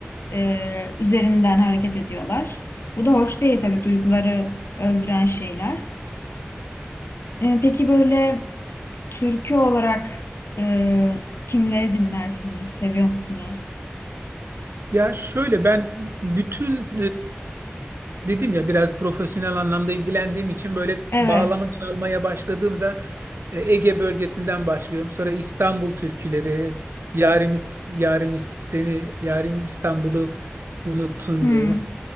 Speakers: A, on the left (about 80°); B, on the right (about 75°).
A: e, üzerinden hareket ediyorlar. Bu da hoş değil tabii duyguları öldüren şeyler. E, peki böyle türkü olarak e, kimleri dinlersiniz? Seviyor musunuz?
B: Ya şöyle ben bütün dedim ya biraz profesyonel anlamda ilgilendiğim için böyle
A: Evet.
B: bağlama çalmaya başladığımda e, Ege bölgesinden başlıyorum. Sonra İstanbul türküleri, Yarim, İs- Yarim İs- seni Yarim İstanbul'u unuttun
A: Hmm.
B: mu?